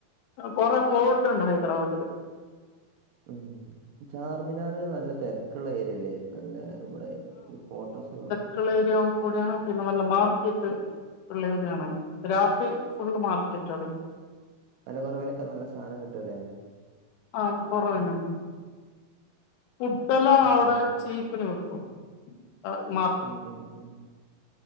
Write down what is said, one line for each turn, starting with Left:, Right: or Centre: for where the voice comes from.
Left: കൊറെ ഫോൾട്ട് ണ്ട് ഹൈദറാബാദില്.
Right: ഉം, ചാർമിനാർ നല്ല തെരക്ക്ള്ള ഏര്യല്ലേ? അല്ലേ? ഇവടെ ഫോട്ടോസ്കാണും.
Left: ക്ക്ള്ള ഏരിയ കൂട്യണ്. പിന്നെ നല്ല മാർക്കറ്റ് ള്ള ഏര്യാണ്. രാത്രി ഫുള്ള് മാർക്ക <unintelligible>
Right: വെലകൊറവിലൊക്കെ നല്ല സാനംകിട്ടൂലെ
Left: ആഹ് കൊറേ <unintelligible> ഫുഡല്ലാം
Right: ഉം
Left: അവടെ ചീപ്പിന് വിക്കും അഹ് മാ
Right: ഉം ഉം ഉം